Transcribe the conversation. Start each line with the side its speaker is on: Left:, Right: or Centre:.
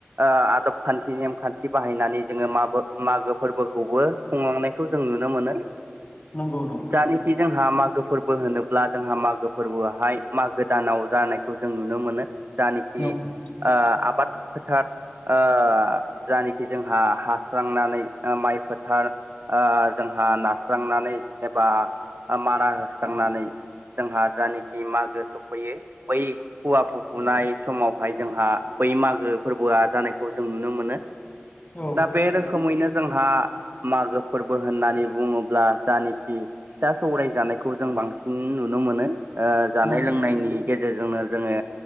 Right: ओ आदब खान्थि नेमखान्थि बाहायनानै जोङो माबो मागो फोर्बोखौबो खुंलांनायखौ जों नुनो मोनो।
Left: नंगौ नं
Right: जानिखि जोंहा मागो फोर्बो होनोब्ला जोंहा मागो फोर्बोआहाय मागो दानाव जानायखौ जों नुनो मोनो जानिखि
Left: नंगौ
Right: ओ आबाद फोथार ओ जानिखि जोंहा हास्रांनानै ओ माइ फोथार ओ जोंहा नास्रांनानै एबा ओ मारा होस्रांनानै जोंहा जानाखि मागो सफैयो बै फुवा फुफुनाय समावहाय जोंहा। बै मागो फोरबोआ जानायखौ जों नुनो मोनो
Left: औ
Right: दा बेरोखोम रोखोमैनो जोंहा मागो फोरबो होननानै बुङोब्ला जानाखि फिथा सौराय जानायखौ जों बांसिन नुनो मोनो ओ जानाय
Left: नं
Right: लोंनायनि गेजेरजोंनो जोङो।